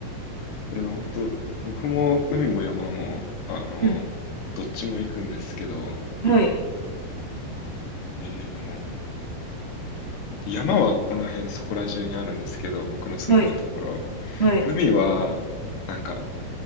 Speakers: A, on the left; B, on the right.
A: や本当、僕も海も山も、あの、
B: うん。
A: どっちも行くんですけど、
B: はい、
A: えー、でも、で山はこの辺そこら中にあるんですけど、僕の住んでるところ。
B: はい、はい。
A: 海は、なんか、